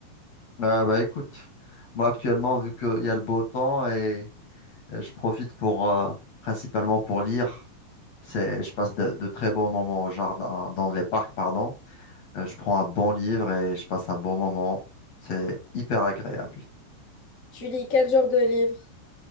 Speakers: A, on the left (about 55°); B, on the left (about 70°).
A: Euh, bah écoute, moi actuellement vu qu'il y a le beau temps et, et je profite pour euh, principalement pour lire. C'est, je passe de, de très bons moments au jardin, dans les parcs, pardon. Euh, je prends un bon livre et je passe un bon moment. C'est hyper agréable.
B: Tu lis quel genre de livre?